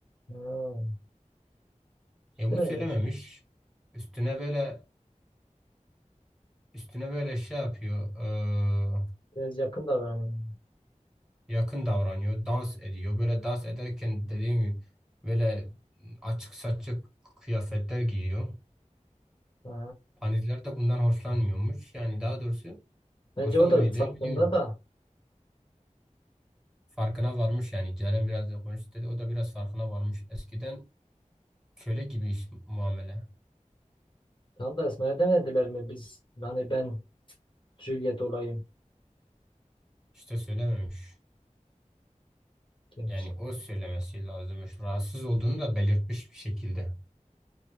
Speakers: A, on the left; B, in the centre.
A: Ha. İşte
B: E bu
A: öyleymiş.
B: söylememiş. Üstüne böyle üstüne böyle şey yapıyor. e,
A: Biraz yakın davranıyor.
B: yakın davranıyor, dans ediyor. Böyle dans ederken dediğim gibi böyle açık saçık kıyafetler giyiyor.
A: Ha.
B: Panizler de bundan hoşlanmıyormuş. Yani daha doğrusu
A: Bence
B: hoşlanmıyor
A: o da farkında
B: diye biliyorum.
A: da.
B: Farkına varmış yani. Ceren biraz da konuştu dedi. O da biraz farkına varmış. Eskiden köle gibi iş- muamele.
A: Tam da Esma'ya demediler mi biz? Hani ben Juliet olayım.
B: İşte söylememiş.
A: Gerçi.
B: Yani o söylemesi lazımmış. Rahatsız olduğunu da belirtmiş bir şekilde.